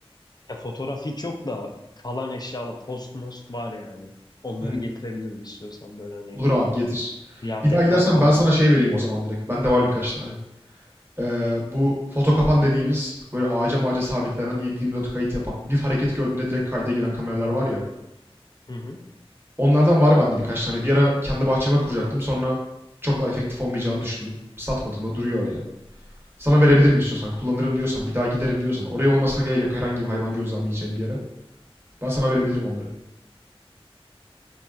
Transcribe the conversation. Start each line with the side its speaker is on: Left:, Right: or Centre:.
Left: Ya fotoğraf hiç yok da kalan eşyalar post most var yani. Onları
Right: Hmm,
Left: getirebilirim istiyorsan böyle hani
Right: olur abi getir.
Left: kıyafetler
Right: Bir daha gidersen
Left: falan
Right: ben sana
Left: var.
Right: şey vereyim o zaman direkt. Bende var birkaç tane. Ee, bu foto kapan dediğimiz böyle ağaca mağaca sabitlenen 7/24 kayıt yapan bir hareket gördüğünde direkt kayda giren kameralar var ya.
Left: Hı hı.
Right: Onlardan var bende birkaç tane. Bir ara kendi bahçeme kuracaktım. Sonra çok da efektif olmayacağını düşündüm. Satmadım da duruyor öyle. Sana verebilirim istiyorsan. Kullanırım diyorsan. Bir daha giderim diyorsan. Oraya olmasına gerek yok. Herhangi bir hayvan gözlemleyeceğim bir yere. Ben sana verebilirim onları.